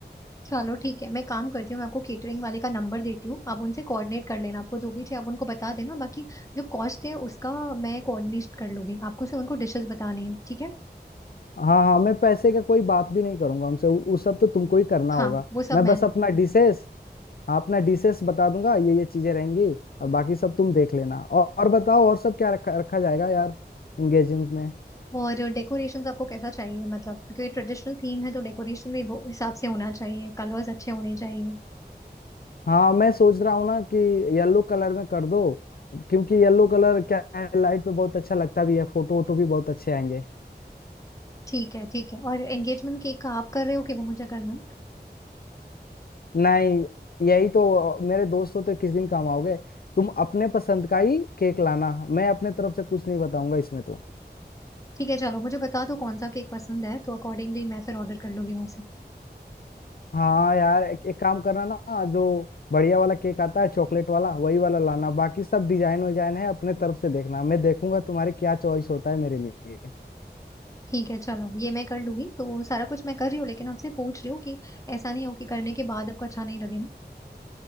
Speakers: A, on the left (about 20°); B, on the left (about 60°).
A: चलो ठीक है मैं काम करती हूँ मैं आपको केटरिंग वाले का नंबर देती हूँ आप उनसे कोऑर्डिनेट कर लेना आपको जो भी चाहिए आप उनको बता देना बाकी जो कॉस्ट है उसका मैं कोऑर्डिनेट कर लूंगी आपको सिर्फ उनको डिशेस बतानी है ठीक है
B: हाँ हाँ मैं पैसे का कोई बात भी नहीं करूंगा उनसे उ- उस सब तो तुमको ही करना
A: हाँ
B: होगा
A: वो सब
B: मैं
A: मैं
B: बस
A: देख
B: अपना
A: लूंगी
B: डिशेस हाँ अपना डिशेस बता दूंगा ये ये चीजें रहेंगी और बाकी सब तुम देख लेना और, और बताओ और सब क्या रखा रखा जाएगा यार एंगेजमेंट में
A: और डेकोरेशंस आपको कैसा चाहिए मतलब क्योंकि ट्रेडिशनल थीम है तो डेकोरेशन भी वो हिसाब से होना चाहिए कलर्स अच्छे होने चाहिए
B: हाँ मैं सोच रहा हूँ ना कि येलो कलर में कर दो क्योंकि येलो कलर क्या है लाइट पे बहुत अच्छा लगता भी है फोटो वोटो भी बहुत अच्छे आएंगे
A: ठीक है ठीक है और एंगेजमेंट केक का आप कर रहे हो कि वो मुझे करना है
B: नहीं यही तो अ, मेरे दोस्त हो तो किस दिन काम आओगे तुम अपने पसंद का ही केक लाना मैं अपने तरफ से कुछ नहीं बताऊंगा इसमें तो
A: ठीक है चलो मुझे बता दो कौन सा केक पसंद है तो अकॉर्डिंगली मैं फिर ऑर्डर कर लूंगी वहां से
B: हाँ यार एक, एक काम करना ना जो बढ़िया वाला केक आता है चॉकलेट वाला वही वाला लाना बाकी सब डिजाइन विजाइन है अपने तरफ से देखना मैं देखूंगा तुम्हारे क्या चॉइस होता है मेरे लिए
A: ठीक है चलो ये मैं कर लूंगी तो सारा कुछ मैं कर रही हूँ लेकिन आपसे पूछ रही हूँ कि ऐसा नहीं हो कि करने के बाद आपको अच्छा नहीं लगे ना